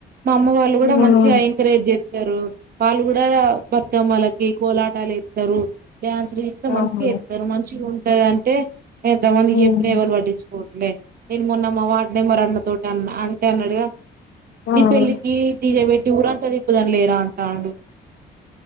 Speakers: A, on the right (about 50°); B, on the left (about 70°).
A: మా అమ్మ వాళ్ళు
B: ఉమ్
A: కూడా మంచిగా ఎంక్రాజె చెత్తరు వాళ్ళు కూడా బతుకమ్మలకి కోలాటాలు ఎత్తరు డ్యాన్స్లు గిట్ల మంచిగా
B: అవును.
A: చెత్తరు మంచిగా ఉంటది అంటే ఎంతమందికి
B: ఉమ్
A: చెప్పిన ఎవరు పట్టించుకోవట్లే నేను మొన్న మా వార్డ్ నెంబర్ అన్న తోటి అన్నా అంటే అన్నడు
B: ఉమ్
A: ని పెళ్ళికి డీజేవేట్టి ఊరంతా తిప్పుదాం లేరా అంటాండు